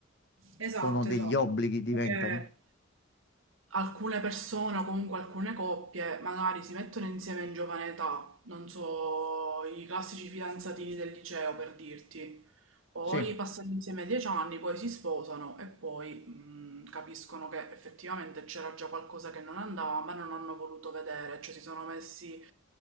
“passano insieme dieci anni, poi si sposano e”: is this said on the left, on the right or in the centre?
Right